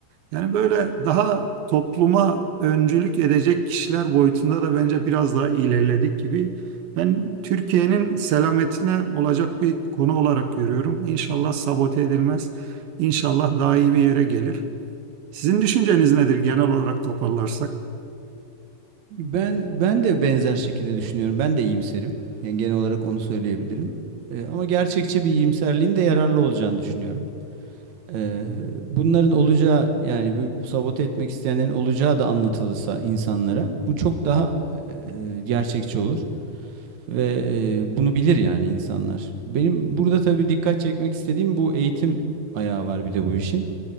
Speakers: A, on the right (about 75°); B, on the right (about 60°).
A: Yani böyle daha topluma öncülük edecek kişiler boyutunda da bence biraz daha ilerledik gibi. Ben Türkiye'nin selametine olacak bir konu olarak görüyorum. İnşallah sabote edilmez. İnşallah daha iyi bir yere gelir. Sizin düşünceniz nedir genel olarak toparlarsak?
B: Ben ben de benzer şekilde düşünüyorum. Ben de iyimserim. Yani genel olarak onu söyleyebilirim. E, ama gerçekçi bir iyimserliğin de yararlı olacağını düşünüyorum. Eee, bunların olacağı yani bu sabote etmek isteyenlerin olacağı da anlatılırsa insanlara bu çok daha eee, gerçekçi olur ve eee, bunu bilir yani insanlar. Benim burada tabii dikkat çekmek istediğim bu eğitim ayağı var bir de bu işin.